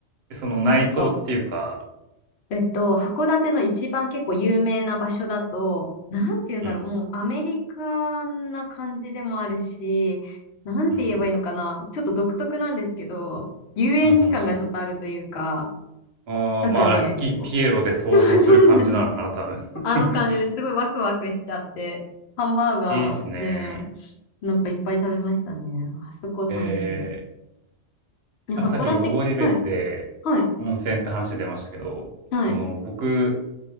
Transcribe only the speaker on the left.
なんか、えっと、函館の一番結構有名な場所だと、なんて言うんだろう、
もうアメリカな感じでもあるし、なんて言えばいいのかな。
ちょっと独特なんですけど、遊園地感がちょっとあるというか、
なんかね、
こう <laughs> そうそうなんです。
あの感じですごいワクワクしちゃって、ハンバーガーね、
なんかいっぱい食べましたね。あそこ楽しい。
ね函館、
はい、はい、
はい。